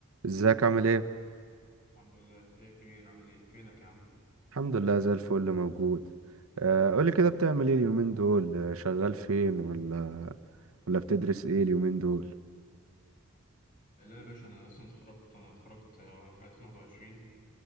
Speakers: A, on the right (about 70°); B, on the left (about 40°).
A: ازيك عامل ايه
B: الحمد لله ايه يا كبير عامل ايه فينك يا عم
A: الحمد لله زي الفل موجود آه، قولي كده بتعمل ايه اليومين دول آه، شغال فين ولا ولا بتدرس ايه اليومين دول
B: لا يا باشا انا اصلا اتخرجت انا اتخرجت آه، في 2021